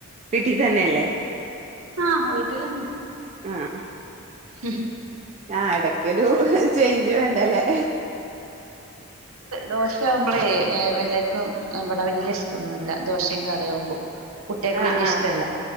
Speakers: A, on the right; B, on the right.
A: വീട്ടി തന്നെയല്ലേ
B: ആഹ് വീട്ടിലന്നെ
A: ആഹ്
B: ഉം
A: ആഹ് ഇടക്കൊരു ചേഞ്ച് വേണ്ടല്ലേ
B: ദോശയാവുമ്പോളേ എല്ലാർക്കും ഇവിടെ വലിയ ഇഷ്ടൊന്നുമില്ല ദോശയും കറിയവുമ്പോ കുട്ടികൾക്ക്
A: ആഹ്
B: വലിയ
A: ആഹ്
B: ഇഷ്ടമല്ല